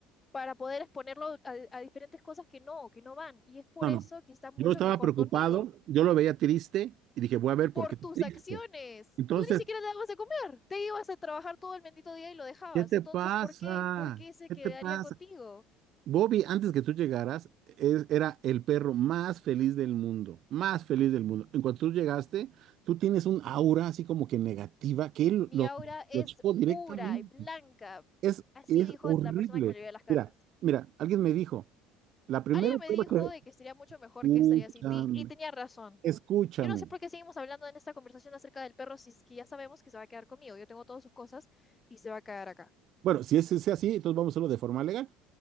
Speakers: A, on the left; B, on the right.
A: para poder exponerlo a, a diferentes cosas que no, que no van. Y es por
B: No, no.
A: eso que estás mucho
B: Yo estaba
A: mejor
B: preocupado,
A: conmigo,
B: yo lo veía triste y dije, voy a ver
A: por
B: por qué está
A: tus
B: triste.
A: acciones.
B: Entonces,
A: Tú ni siquiera te dabas de comer, te ibas a trabajar todo el bendito día y lo dejabas.
B: ¿qué te
A: Entonces,
B: pasa?
A: ¿por qué, por qué se
B: ¿Qué
A: quedaría
B: te pasa?
A: contigo?
B: Bobby, antes que tú llegaras, es- era el perro más feliz del mundo, más feliz del mundo. En cuanto tú llegaste, tú tienes un aura así como que negativa que él
A: Mi
B: lo,
A: aura es
B: lo chocó directamente.
A: pura y blanca.
B: Es,
A: Así
B: es
A: dijo
B: horrible.
A: la persona que me leyó las cartas.
B: Mira, mira, alguien me dijo, la primera
A: Alguien
B: prueba
A: me dijo
B: que...
A: de que sería mucho mejor
B: Escúchame,
A: que estaría sin ti, y tenía razón.
B: escúchame.
A: Yo no sé por qué seguimos hablando en esta conversación acerca del perro si es que ya sabemos que se va a quedar conmigo. Yo tengo todas sus cosas y se va a quedar acá.
B: Bueno, si es, es así, entonces vamos a hacerlo de forma legal.